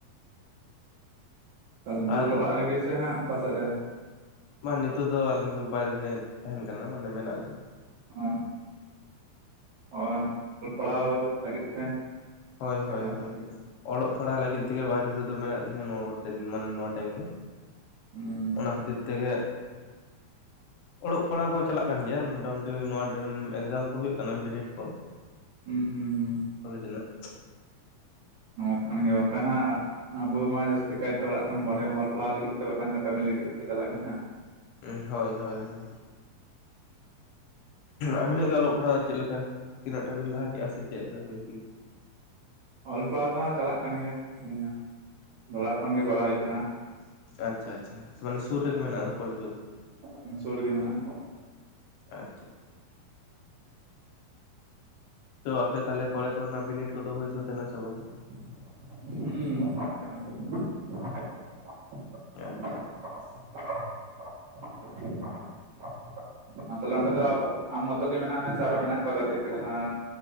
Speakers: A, on the right (about 75°); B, on the left (about 80°).
A: ᱛᱟᱦᱚᱞᱮ ᱱᱤᱛᱚᱜ
B: ᱟᱨ
A: ᱫᱚ ᱚᱲᱟᱜ ᱨᱮᱜᱮ ᱥᱮ ᱦᱟᱜ ᱚᱠᱟᱥᱮᱫ ᱨᱮ
B: ᱵᱟᱝ ᱱᱤᱛᱚᱜ ᱫᱚ ᱟᱹᱞᱤᱧ ᱫᱚ ᱵᱟᱭᱨᱮ ᱨᱮ ᱛᱟᱦᱮᱱ ᱠᱟᱱᱟ ᱢᱟᱱᱮ ᱢᱮᱱᱟᱜ ᱞᱤᱧᱟ
A: ᱚ ᱚ ᱚᱞ ᱯᱟᱲᱦᱟᱣ ᱞᱟᱹᱜᱤᱫ ᱛᱮ
B: ᱦᱳᱭ
A: ᱥᱮ
B: ᱦᱳᱭ
A: ᱠᱟᱹᱢᱤ
B: ᱦᱳᱭ
A: ᱞᱟᱹᱜᱤᱫ ᱛᱮ?
B: ᱚᱞᱚᱜ ᱯᱟᱲᱦᱟᱜ ᱞᱟᱹᱜᱤᱫ ᱛᱮᱜᱮ ᱵᱟᱭᱨᱮ ᱨᱮᱫᱚ ᱢᱮᱱᱟᱜ ᱞᱤᱧᱟ ᱱᱚᱣᱟ ᱠᱚᱛᱮ ᱢᱟᱱᱮ ᱱᱚᱣᱟ ᱴᱟᱭᱤᱢ ᱫᱚ
A: <unintelligible>
B: ᱚᱱᱟ ᱠᱷᱟᱹᱛᱤᱨ ᱛᱮᱜᱮ ᱚᱞᱚᱜ ᱯᱟᱲᱦᱟᱜ ᱠᱚ ᱪᱟᱞᱟᱜ ᱠᱟᱱ ᱜᱮᱭᱟ ᱢᱚᱴᱟᱢᱩᱴᱤ ᱱᱚᱣᱟ ᱮᱠᱡᱟᱢ ᱠᱚ ᱦᱩᱭᱩᱜ ᱠᱟᱱᱟ ᱵᱤᱱᱤᱰ ᱠᱚ
A: ᱦᱩᱸ ᱦᱩᱸ ᱦᱩᱸ
B: ᱠᱚᱞᱮᱡᱨᱮᱱᱟᱜ
A: ᱱᱚᱣᱟ ᱠᱟᱱ ᱜᱮ ᱵᱟᱠᱷᱟᱱ ᱦᱟᱸᱜ ᱟᱵᱚ ᱢᱟ ᱡᱟᱹᱥᱛᱤ ᱠᱟᱭᱛᱮ ᱚᱲᱟᱜ ᱠᱷᱚᱱ ᱵᱟᱨᱦᱮ ᱚᱞ ᱯᱟᱲᱦᱟᱣ ᱞᱟᱹᱜᱤᱫ ᱛᱮ ᱵᱟᱝᱠᱷᱟᱱ ᱫᱚ ᱠᱟᱹᱢᱤ ᱞᱟᱹᱜᱤᱫ ᱛᱮᱠᱚ ᱪᱟᱞᱟᱜ ᱠᱟᱱᱟ
B: ᱦᱳᱭ ᱦᱳᱭ ᱦᱳᱭ ᱟᱵᱤᱱᱟᱜ ᱜᱮ ᱚᱞᱚᱜ ᱯᱟᱲᱦᱟᱣ ᱪᱮᱫ ᱞᱮᱠᱟ, ᱛᱤᱱᱟᱹᱜᱴᱟ ᱵᱤᱱ ᱞᱟᱦᱟ ᱠᱮᱼᱟ, ᱥᱮ ᱪᱮᱫ ᱞᱮᱠᱟ ᱵᱤᱱ?
A: ᱚᱞ ᱯᱟᱲᱦᱟᱣ ᱫᱚ ᱦᱟᱸᱟᱜ ᱪᱟᱞᱟᱜ ᱠᱟᱱ ᱜᱮᱭᱟ, ᱟᱞᱤᱧ ᱦᱚᱸ ᱚᱲᱟᱜ ᱠᱷᱚᱱ ᱜᱮ ᱠᱚᱨᱟᱣ ᱦᱩᱭᱩᱜ ᱠᱟᱱᱟ ᱾
B: ᱟᱪᱪᱷᱟ ᱟᱪᱪᱷᱟ ᱢᱟᱱᱮ ᱥᱩᱨ ᱨᱮᱜᱮ ᱢᱮᱱᱟᱜᱼᱟ ᱠᱚᱞᱮᱡᱽ ᱠᱚᱫᱚ
A: ᱤᱧ ᱥᱩᱨ ᱨᱮᱜᱮ ᱢᱮᱱᱟᱜᱼᱟ
B: ᱟᱪᱷᱟ, ᱛᱚ ᱟᱯᱮ ᱛᱟᱦᱞᱮ ᱠᱚᱞᱮᱡᱽ ᱠᱚ ᱨᱮᱱᱟᱜ ᱵᱤᱱᱤᱴ ᱠᱚᱫᱚ ᱦᱩᱭ ᱥᱟᱹᱛ ᱮᱱᱟ ᱥᱮ ᱵᱟᱝ
A: ᱦᱩᱸ
B: ᱟᱪᱪᱷᱟ
A: <unintelligible> ᱛᱟᱦᱞᱮ ᱚᱸᱰᱮ ᱫᱚ ᱟᱢ ᱢᱚᱛᱚ ᱜᱮ ᱢᱮᱱᱟᱜ ᱢᱮ ᱥᱮ ᱟᱨᱚ ᱢᱮᱱᱟᱜ ᱠᱚᱣᱟ ᱜᱟᱛᱮ ᱠᱚ ᱡᱟᱦᱟᱸ